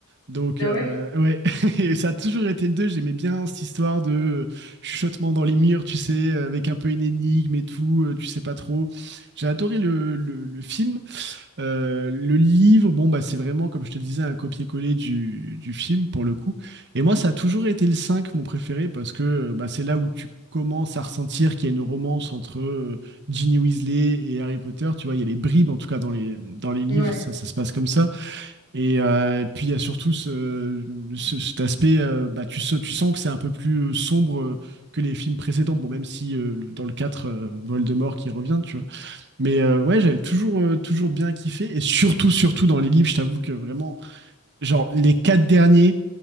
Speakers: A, on the right; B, on the left.
A: Donc,
B: Ah
A: euh,
B: ouais?
A: ouais, <laughs> et ça a toujours été le 2. J'aimais bien cette histoire de euh, chuchotement dans les murs, tu sais, avec un peu une énigme et tout, euh, tu sais pas trop. J'ai adoré le, le- le film. Euh, le livre, bon, bah, c'est vraiment, comme je te disais, un copier-coller du, du film pour le coup. Et moi, ça a toujours été le 5 mon préféré, parce que euh, bah, c'est là où tu commences à ressentir qu'il y a une romance entre euh, Ginny Weasley et Harry Potter. Tu vois, il y a les bribes, en tout cas, dans les, dans les livres,
B: Ouais.
A: ça ça se passe comme ça. Et euh, puis il y a surtout ce, ce- cet aspect, euh, bah, tu, se- tu sens que c'est un peu plus euh, sombre euh, que les films précédents, bon, même si euh, le- dans le 4, euh, Voldemort qui revient, tu vois. Mais euh, ouais, j'avais toujours, euh, toujours bien kiffé, et surtout, surtout dans les livres, je t'avoue que vraiment, genre les quatre derniers,